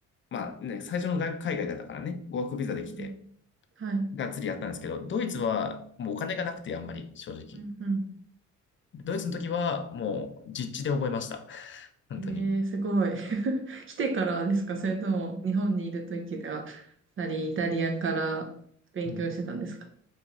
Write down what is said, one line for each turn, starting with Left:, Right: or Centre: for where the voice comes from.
Left: まあね、最初の外海外だったからね、語学ビザで来て、
Right: うんはい。うん
Left: がっつりやったんですけど、ドイツはもうお金がなくて、あんまり正直。
Right: うん。
Left: ドイツの時はもう実地で覚えました。<laughs> 本当に。
Right: えー、すごい。<laughs> 来てからですかそれとも、日本にいるときでは、やりイタリアから勉強してたんですか
Left: うん